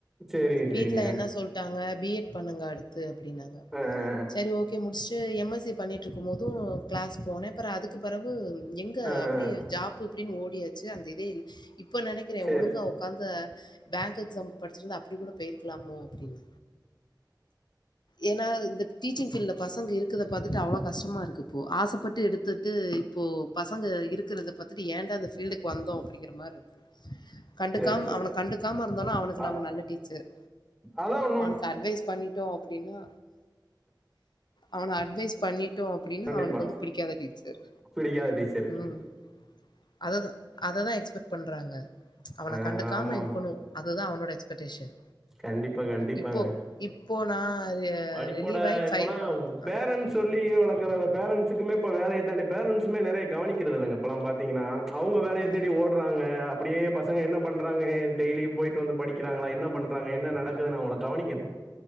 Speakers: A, in the centre; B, on the left.
A: சேரிங்க
B: வீட்ல
A: சேரிங்க
B: என்ன சொல்ட்டாங்க பி எட் பண்ணுங்க அடுத்து அப்படின்னாங்க
A: ஆ
B: சரி ஓகே முடிச்சுட்டு எம் எஸ் சி பண்ணிட்டு இருக்கும் போதும் கிளாஸ் போனேன் அப்புறம் அதுக்கு பிறவு
A: ஆ ஆ
B: அப்படி ஜாப் இப்டின்னு ஓடியாச்சு அந்த இதே இல்ல இப்ப நினைக்கிறேன்
A: சேரி
B: ஒழுங்கா உக்கார்ந்து பேங்க் எக்ஸாம்க்கு படிச்சிருந்தா அப்டி கூட போயிருக்கலாமோ அப்படின்னு ஏன்னா இந்த டீச்சிங் ஃபீல்டுல பசங்க இருக்கதை பாத்துட்டு அவ்ளவு கஷ்டமா இருக்கு இப்போ ஆசப்பட்டு எடுத்துட்டு இப்போ பசங்க இருக்கிறத பாத்திட்டு ஏன்டா அந்த ஃபீல்டுக்கு வந்தோம் அப்படிங்கிற மாரி இருக்கு கண்டுக்காம
A: சேரி சேரி
B: அவன கண்டுக்காம இருந்தனா அவனுக்கு
A: அ
B: நம்ம நல்ல டீச்சர்
A: அதா உண்ம
B: அவனுக்கு அட்வைஸ் பண்ணிட்டோம் அப்டின்னா அவன அட்வைஸ் பண்ணிட்டோம் அப்படின்னா
A: கண்டிப்பா
B: அவனுக்கு வந்து பிடிக்காத டீச்சர்
A: பிடிக்காத டீச்சரு
B: உம் அதான் அததான் எக்ஸ்பெக்ட் பண்றாங்க அவன
A: ஆ
B: கண்டுக்காம
A: ஆமா
B: இருக்கணும்
A: ஆமா
B: அதுதான் அவனோட எக்ஸ்பெக்டேஷன்
A: கண்டிப்பா கண்டிப்பாங்க
B: இப்போ இப்போ நான் ரி
A: படிப்போட
B: ரிலீவ் ஆயி
A: இப்பலா
B: ஆ,
A: பேரண்ட்ஸ் சொல்லி வளக் நெறைய பேரண்ட்ஸுக்குலா இப்ப வேலையே இப்ப அந்த பேரண்ட்ஸுல நெறைய கவனிக்கிறது இல்லைங்க இப்பலா பாத்தீங்கனா அவ்ங்க வேலைய
B: ஆ.
A: தேடி ஓட்றாங்க அப்டியே பசங்க என்ன பண்றாங்கன் டெய்லி போயிட்டு வந்து படிக்றாங்ளா என்ன பண் றாங்க என்ன நடக்குதுனு அவ்ங்க கவனிக்கணும்